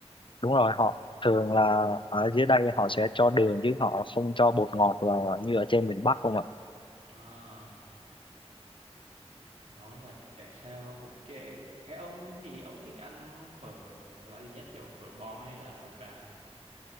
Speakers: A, on the left; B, on the right.
A: đúng rồi họ thường là ở dưới đây họ sẽ cho đường chứ họ không cho bột ngọt vào như ở trên miền Bắc không ạ
B: à nó giải thích tại sao ok thế ông thì ông thích ăn phở loại gì nhất kiểu phở bò hay là phở gà